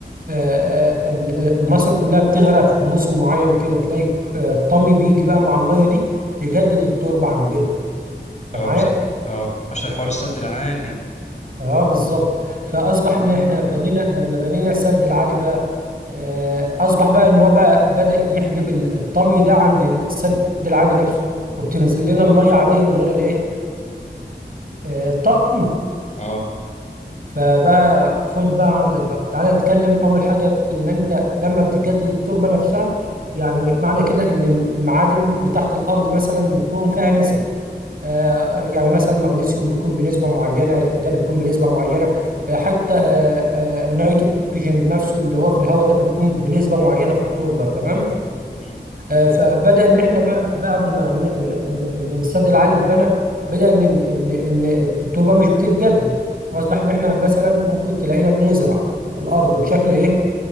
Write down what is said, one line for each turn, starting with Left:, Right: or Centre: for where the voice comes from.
Right: آه، آه، ال- آه، مصر كلها بتغرق في موسم معين كده تلاقي آه، الطمي بيجي بقى مع الميه دي يجدد التربه عندنا
Left: اه
Right: انت معايا
Left: بس اه عشان حوار السد العالي
Right: اه بالظبط فاصبح
Left: اه
Right: ان احنا بنينا لما بنينا السد العالي بقى آه، اصبح بقى ان هو بقى بدأ يحجب ال- الطمي ده عند السد العالي نفسه وبتنزل لنا الميه عاديه من غير الايه آه، الطمي
Left: اه
Right: فبقى خد بقى عندك بقى تعالى نتكلم اول حاجه ان انت لما بتجدد التربه نفسها يعني معنى كده ان المعادن بتاعت الارض مثلا بيكون فيها نسب آه، يعني مثلا مغنيسيوم بيكون بنسبة معينة ده بيكون بنسبة معينة آه، حتى آه، آه، النيتروجين نفسه اللي هو في الهواء ده بيكون بنسبة معينة في التربة تمام
Left: مم.
Right: آه، فبدأ إن إحنا ما- بعد ما إن إن إن إن السد العالي اتبنى بدأ إن إن إن إن التربة مش بتتجدد فأصبح إن إحنا مثلا ممكن تلاقينا بنزرع الأرض بشكل إيه